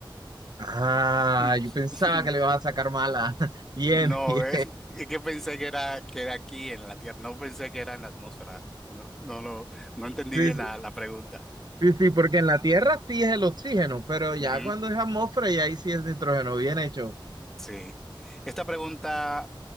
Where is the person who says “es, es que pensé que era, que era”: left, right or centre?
Centre